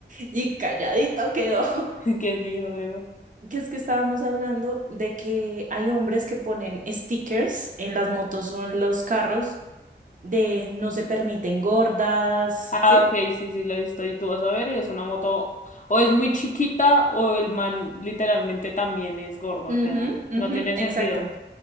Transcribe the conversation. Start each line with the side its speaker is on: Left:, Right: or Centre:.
Right: y calladito quedó. <laughs>
Left: <laughs> ¿Qué dijo luego?
Right: Que es que estábamos hablando de que hay hombres que ponen stickers en las motos o en los carros de no se permiten gordas,
Left: Ah,
Right: ¿sí?
Left: ok, sí, sí, la he visto. Y tú vas a ver, y es una moto, o es muy chiquita, o el man literalmente también es gordo,
Right: Ujú,
Left: o sea,
Right: ujú,
Left: no tiene
Right: exacto.
Left: sentido.